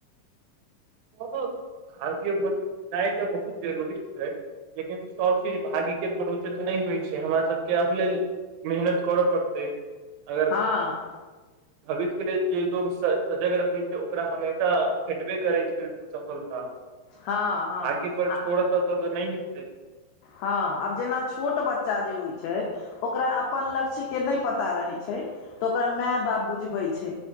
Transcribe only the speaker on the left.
हँ
हँ
हँ
हँ आब जेना छोट बच्चा जे होइ छै ओकरा अपन लक्ष्य के नहि पता रहै छै तऽ ओकरा माय बाप बुझबै छै